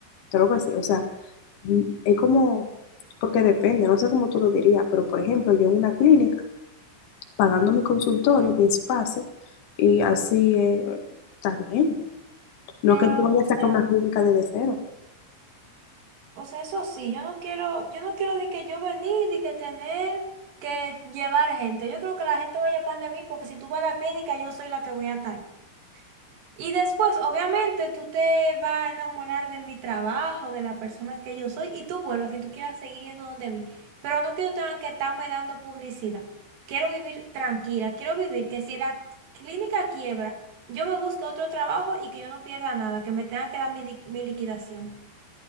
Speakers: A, on the left (about 60°); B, on the right (about 65°).
A: Creo que sí. O sea, mm, es como, porque depende, no sé cómo tú lo dirías, pero por ejemplo, yo en una clínica, pagando mi consultorio, mi espacio, y así eh, está bien. No
B: Pero,
A: es que tú vayas
B: o sea,
A: a sacar una clínica desde cero.
B: o sea, eso sí, yo no quiero, yo no quiero de que yo venir, de que tener que llevar gente. Yo creo que la gente vaya para de mí, porque si tú vas a la clínica, yo soy la que voy a estar. Y después, obviamente, tú te vas a enamorar de mi trabajo, de la persona que yo soy, y tú vuelvas si tú quieres seguir yendo donde mí. Pero no quiero tener que estarme dando publicidad. Quiero vivir tranquila, quiero vivir que si la clínica quiebra, yo me busque otro trabajo y que yo no pierda nada, que me tenga que dar mi, di- mi liquidación.